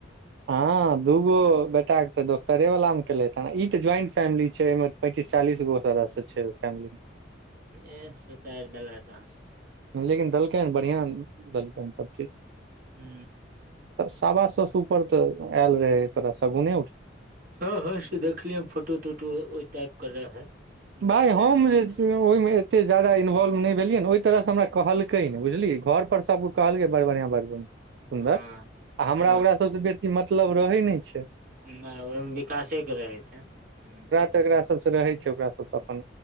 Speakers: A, on the right; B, on the right.
A: हँ दूगो बेटाक के तऽ डॉक्टरे वाला मे केलैत हे ई तऽ ज्वाइंट फैमिली छै अय मे त पैंतीस चालीस गो सदस्य छै ओय फैमलीमे
B: एह सूतारि देेलैत अहाँ क
A: लेकिन देलकै हन बढ़िआँ देलकै हन सभ चीज
B: हू
A: साबा सौ से ऊपर तऽ आयल रहै तोरा शगुने उठ
B: हँ हँ से देखलिय फोटो तोटो ओ टाइप क रहै मेन
A: भाय
B: मेन
A: हम
B: बुझाय
A: जे छै
B: छलै
A: ओहिमे एते जादा इन्वोल्व नय भेलियै ने ओहि तरहसँ हमरा कहलकै ने बुझलिय घर पर सभ क कहलकै बड़ बढ़ियां बड़ निक सुन्दर
B: हँ
A: आ हमरा
B: हँ
A: ओकरा सभसँ बेसी मतलब रहै नहि छै
B: नहि ओहिमे विकासेके रहै छै हू
A: तेकरा सब से रहै छै ओकरा सब से अपन